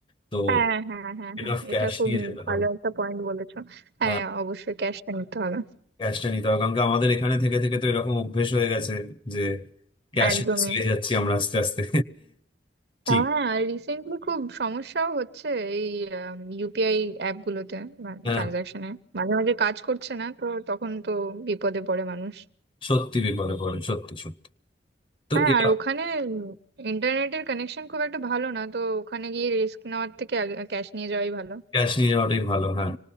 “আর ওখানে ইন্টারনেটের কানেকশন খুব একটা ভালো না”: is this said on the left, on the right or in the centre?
Right